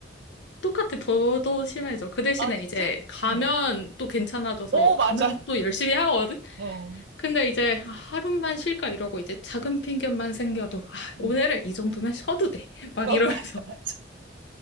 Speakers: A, on the left; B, on the right.
A: 똑같아. 더, 더 심해져. 그 대신에
B: 아, 진짜?
A: 이제 가면
B: 응.
A: 또 괜찮아져서
B: 오, 맞아.
A: 가면 또 열심히 하거든?
B: 어.
A: 근데 이제 아, 하루만 쉴까 이러고 이제 작은 핑계만 생겨도 아,
B: 응.
A: 오늘은 이 정도면 쉬어도 돼. <laughs> 막
B: 어,
A: 이러면서.
B: <laughs> 맞아, 맞아.